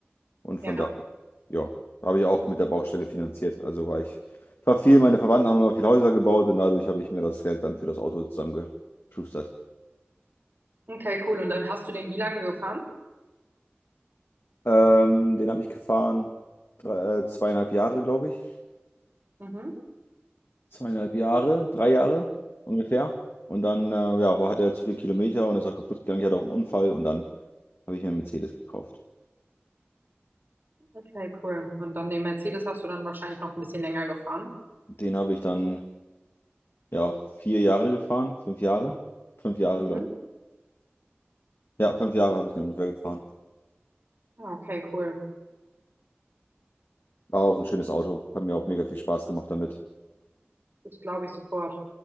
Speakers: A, on the left; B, on the right.
A: Und von
B: Ja.
A: da, ja, habe ich auch mit der Baustelle finanziert. Also war ich, ich war viel, meine Verwandten haben immer viel Häuser gebaut und dadurch habe ich mir das Geld dann für das Auto zusammengeschustert.
B: Okay, cool. Und dann hast du den wie lange gefahren?
A: Ähm, den habe ich gefahren, drei, äh, zweieinhalb Jahre, glaube ich.
B: Mhm.
A: zweieinhalb Jahre, drei Jahre ungefähr. Und dann, äh, ja, war, hat er zu viel Kilometer und ist auch kaputt gegangen. Ich hatte auch einen Unfall und dann habe ich mir einen Mercedes gekauft.
B: Okay, cool. Und dann den Mercedes hast du dann wahrscheinlich noch ein bisschen länger gefahren.
A: Den habe ich dann, ja, vier Jahre gefahren, fünf Jahre. Fünf Jahre,
B: Mhm.
A: glaube ich. Ja, fünf Jahre habe ich den ungefähr gefahren.
B: Ah, Okay, cool.
A: War auch ein schönes Auto. Hat mir auch mega viel Spaß gemacht damit.
B: Das glaube ich sofort.